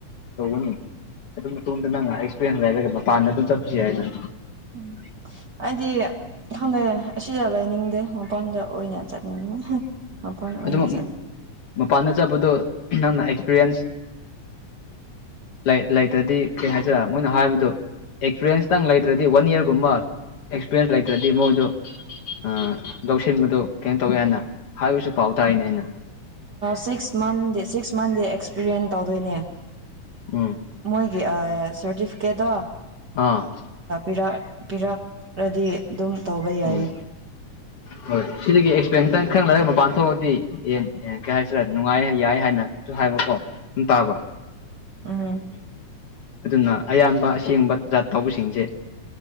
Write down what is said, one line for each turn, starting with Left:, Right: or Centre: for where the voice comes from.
Left: ꯇꯧꯒꯅꯤ ꯑꯗꯨ ꯃꯇꯨꯡꯗ ꯅꯪ ꯑꯦꯛꯁꯄꯤꯔꯤꯌꯦꯦꯟꯁ ꯂꯩꯔꯒ ꯃꯄꯥꯟꯗ ꯑꯗꯨꯝ ꯆꯠꯄꯁꯤ ꯍꯥꯏꯅꯪ
Right: ꯎꯝ ꯑꯩꯗꯤ ꯍꯟꯗꯛ ꯑꯁꯤꯗ ꯂꯩꯅꯤꯡꯗꯦ ꯃꯄꯟꯗ ꯑꯣꯏꯅ ꯆꯠꯅꯤꯡ ꯃꯄꯜ ꯑꯣꯏꯅ
Left: ꯑꯗꯨꯝ
Right: ꯆꯠꯅꯤꯡ
Left: ꯃꯄꯥꯟꯗ ꯆꯠꯄꯗꯣ ꯅꯪꯅ ꯑꯦꯛꯁꯄꯤꯔꯤꯌꯦꯟꯁ ꯂꯩ ꯂꯩꯇ꯭ꯔꯗꯤ ꯀꯩ ꯍꯥꯏꯖꯔ ꯃꯣꯏꯅ ꯍꯥꯏꯕꯗꯨ ꯑꯦꯛꯁꯄꯤꯔꯌꯦꯟꯁꯇꯪ ꯂꯩꯇ꯭ꯔꯗꯤ ꯋꯥꯟ ꯏꯌꯥꯔꯒꯨꯝꯕ ꯑꯦꯛꯁꯄꯤꯔꯟꯁ ꯂꯩꯇ꯭ꯔꯗꯤ ꯃꯣꯏꯗꯨ ꯑ ꯂꯧꯁꯤꯟꯕꯗꯣ ꯀꯩꯅꯣ ꯇꯧꯋꯤ ꯍꯥꯏꯅ ꯍꯥꯏꯕꯁꯨ ꯄꯥꯎ ꯇꯥꯏꯅꯦ ꯑꯩꯅ
Right: ꯁꯤꯛꯁ ꯃꯟꯦ ꯁꯤꯛꯁ ꯃꯟꯦ ꯑꯦꯛꯁꯄꯤꯔꯤꯌꯦꯟ ꯇꯧꯗꯣꯏꯅꯦ
Left: ꯎꯝ
Right: ꯃꯣꯏꯒꯤ ꯁꯔꯇꯤꯐꯤꯀꯦꯠꯇꯣ
Left: ꯑꯥ
Right: ꯤꯔꯛ ꯄꯤꯔꯛꯑꯗꯤ ꯑꯗꯨꯝ ꯇꯧꯕ ꯌꯥꯏꯌꯦ
Left: ꯎꯝ ꯍꯣꯏ ꯁꯤꯗꯒꯤ ꯑꯦꯛꯁꯄꯔꯦꯟꯁꯇꯪ ꯈꯪꯅꯔꯒ ꯃꯄꯥꯟ ꯊꯣꯛꯑꯗꯤ ꯑꯦꯟ ꯀꯩ ꯍꯥꯏꯁꯤꯔ ꯅꯨꯡꯉꯥꯏ ꯌꯥꯏ ꯍꯥꯏꯅꯁꯨ ꯍꯥꯏꯕꯀꯣ ꯇꯥꯕ
Right: ꯎꯝ
Left: ꯑꯗꯨꯅ ꯑꯌꯥꯝꯕ ꯑꯁꯦꯡꯕ ꯖꯥꯠ ꯇꯧꯕꯁꯤꯡꯁꯦ